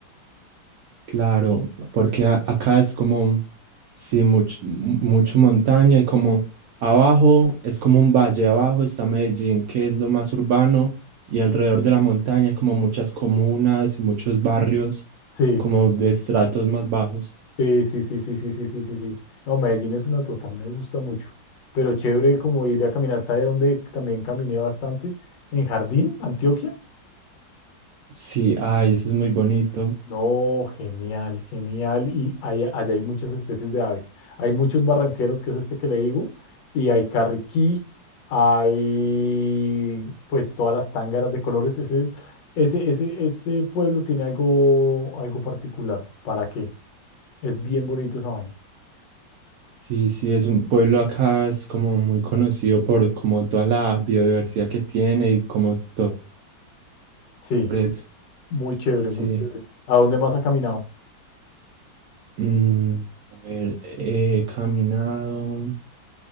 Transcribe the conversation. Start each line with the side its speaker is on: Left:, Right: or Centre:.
Right: Claro, porque a- acá es como, sí, much- mu- mucho montaña y como abajo es como un valle, abajo está Medellín, que es lo más urbano, y alrededor de la montaña hay como muchas comunas y muchos barrios
Left: Sí.
Right: como de estratos más bajos.
Left: Sí, sí, sí, sí, sí, sí, sí, sí, sí. No, Medellín es una tota, me gusta mucho. Pero chévere como ir a caminar, ¿sabe dónde también caminé bastante? En Jardín, Antioquia.
Right: Sí, ay, eso es muy bonito.
Left: No, genial, genial. Y allá, allá hay muchas especies de aves. Hay muchos barranqueros, que es este que le digo, y hay carriquí, hay pues todas las tángaras de colores. Ese, ese, ese, ese pueblo tiene algo, algo particular. ¿Para qué? Es bien bonito esa vaina.
Right: Sí, sí, es un pueblo acá, es como muy conocido por como toda la biodiversidad que tiene y como todo
Left: Sí.
Right: eso.
Left: Muy chévere,
Right: Sí.
Left: muy chévere. ¿A dónde más ha caminado?
Right: Mm, a ver, eh, he caminado,